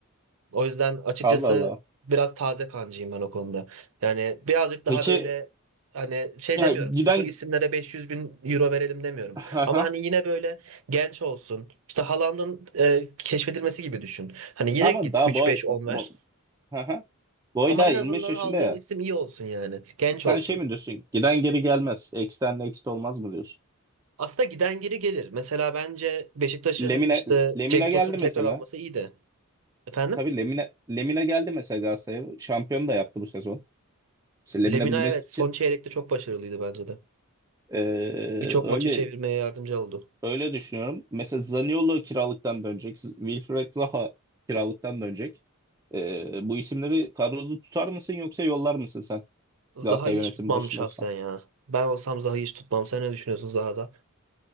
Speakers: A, on the right; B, on the right.
A: O yüzden açıkçası
B: Allah Allah.
A: biraz taze kancıyım ben o konuda. Yani birazcık daha
B: Peki
A: böyle hani şey
B: ya
A: demiyorum
B: giden
A: sıfır isimlere 500 bin euro verelim demiyorum.
B: aha.
A: Ama hani yine böyle genç olsun. İşte Haaland'ın e, keşfedilmesi gibi düşün. Hani yine
B: Ama
A: git
B: daha
A: 3-5-10
B: boy
A: ver.
B: bo aha. Boy
A: Ama
B: daha
A: en
B: 25
A: azından
B: yaşında
A: aldığın
B: ya.
A: isim iyi olsun yani. Genç
B: Sen
A: olsun.
B: şey mi diyorsun? Giden geri gelmez. X'ten next olmaz mı diyorsun?
A: Aslında giden geri gelir. Mesela bence Beşiktaş'ın
B: Lemine
A: işte
B: Lemine
A: Cenk Tosun'u
B: geldi
A: tekrar
B: mesela.
A: alması iyiydi. Efendim?
B: Tabii Lemine Lemine geldi mesela Galatasaray'a. Şampiyon da yaptı bu sezon. Mesela Lemine
A: Lemina
B: bizim
A: evet
B: eski
A: son çeyrekte çok başarılıydı bence de.
B: eee,
A: Birçok
B: öyle
A: maçı çevirmeye yardımcı oldu.
B: Öyle düşünüyorum. Mesela Zaniolo kiralıktan dönecek. Wilfried Zaha kiralıktan dönecek. Ee, bu isimleri kadroda tutar mısın yoksa yollar mısın sen
A: Zaha'yı
B: Galatasaray yönetimi
A: hiç tutmam
B: başında
A: şahsen
B: olsan?
A: ya. Ben olsam Zaha'yı hiç tutmam. Sen ne düşünüyorsun Zaha'da?